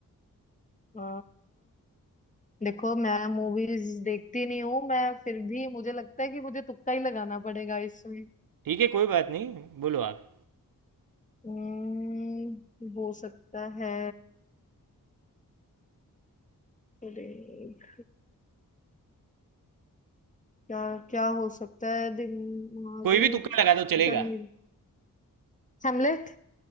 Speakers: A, on the left; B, on the right.
A: अ, देखो मैं मूवीज देखती नहीं हूँ मैं फिर भी मुझे लगता है कि मुझे तुक्का ही लगाना पड़ेगा इसमें
B: ठीक है कोई बात नहीं बोलो आप
A: हम्म, हो सकता है देख क्या क्या हो सकता है दिमाग
B: कोई भी तुक्का लगा दो चलेगा
A: चल नहीं हेमलेट